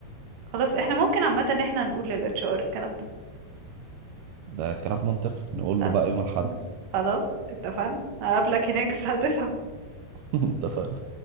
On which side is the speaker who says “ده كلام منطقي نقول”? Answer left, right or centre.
Right